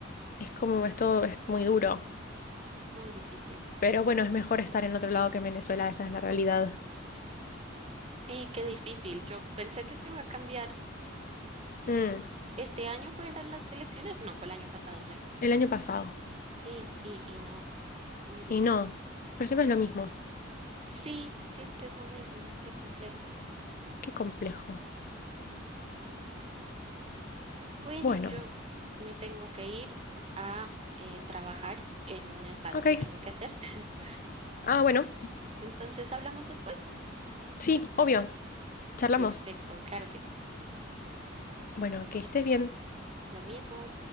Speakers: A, on the left; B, on the right.
A: Es como esto es muy duro,
B: Muy difícil.
A: pero bueno, es mejor estar en otro lado que en Venezuela, esa es la realidad.
B: Sí, qué difícil. Yo pensé que eso iba a cambiar
A: Mm,
B: ¿Este año fueron las elecciones? No, fue el año pasado ya.
A: el año pasado,
B: Sí, y, y no, muy difícil.
A: y no, pero siempre es lo mismo.
B: Sí, siempre es lo mismo, qué complejo.
A: Qué complejo.
B: Bueno,
A: Bueno,
B: yo me tengo que ir a eh, trabajar en un ensayo
A: ok.
B: que tengo que hacer. <laughs>
A: Ah, bueno,
B: Entonces, ¿hablamos después?
A: sí, obvio, charlamos.
B: Perfecto, claro que sí.
A: Bueno, que estés bien.
B: Lo mismo.